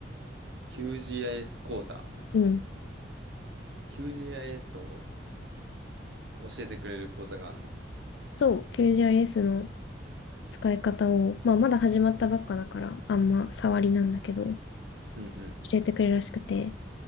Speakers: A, on the right; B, on the left.
A: QGIS 講座。
B: うん。
A: QGIS を教えてくれる講座があんの
B: そう、QGIS の使い方を、まあ、まだ始まったばっかだから、あんま触りなんだけど、
A: うん、うん、
B: 教えてくれるらしくて。